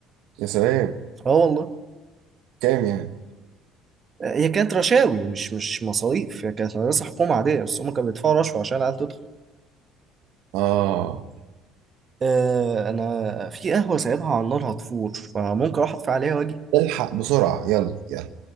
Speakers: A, on the right (about 70°); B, on the right (about 40°).
A: يا سلام
B: اه والله
A: كام يعني
B: هي كانت رشاوي مش مش مصاريف هي كانت مدرسة حكومة عادية بس هم كانوا بيدفعوا رشوة عشان العيال تدخل
A: اه
B: آه انا في قهوة سايبها على النار هتفور فممكن اروح اطفي عليها واجي
A: الحق بسرعة يلا يلا